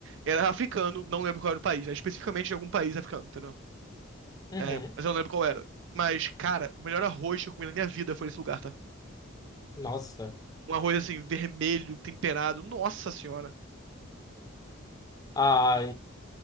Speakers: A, on the right; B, on the left.
A: Era africano, não lembro qual era o país. Era especificamente de algum país africano, entendeu?
B: Uhum.
A: É, mas eu não lembro qual era. Mas, cara, o melhor arroz que eu comi na minha vida foi nesse lugar, tá?
B: Nossa.
A: Um arroz assim, vermelho, temperado. Nossa senhora.
B: Ah,